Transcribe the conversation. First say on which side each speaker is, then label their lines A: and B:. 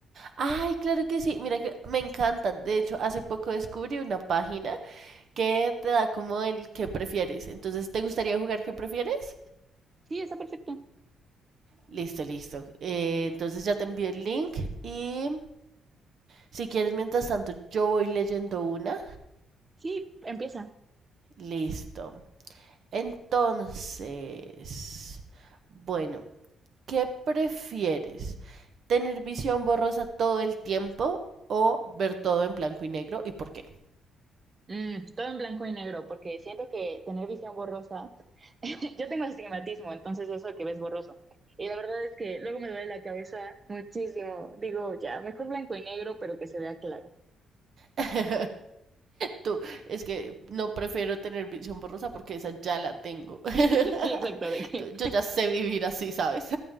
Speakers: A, on the right (about 55°); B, on the right (about 30°).
A: Ay, claro que sí. Mira que me encantan. De hecho, hace poco descubrí una página que te da como el que prefieres. Entonces, ¿te gustaría jugar qué prefieres?
B: Sí, está perfecto.
A: Listo, listo. Eh, entonces ya te envío el link y si quieres, mientras tanto, yo voy leyendo una.
B: Sí, empieza.
A: Listo. Entonces, bueno. ¿Qué prefieres? ¿Tener visión borrosa todo el tiempo o ver todo en blanco y negro y por qué?
B: Mm, todo en blanco y negro porque siento que tener visión borrosa, <laughs> yo tengo astigmatismo, entonces eso que ves borroso. Y la verdad es que luego me duele la cabeza muchísimo. Digo, ya, mejor blanco y negro, pero que se vea claro.
A: <laughs> Tú, es que no prefiero tener visión borrosa porque esa ya la tengo. <laughs>
B: <laughs> Sí, exacto, de que
A: Yo ya sé vivir así, ¿sabes?